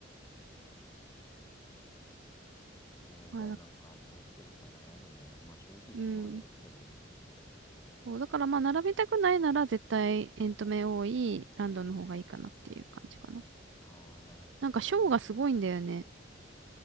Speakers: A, on the left; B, on the right.
A: うんえー、
B: まあだ、
A: じゃあなんか、どうするか悩むね。まあ、正直自分はどっちでもいいんだけど。
B: うん。そう、だからまあ、並びたくないなら絶対エントメ多いランドの方がいいかなっていう感じかな。
A: うん。ああ、並びたくない、
B: なんかショーがすごいんだよね。
A: 並びたく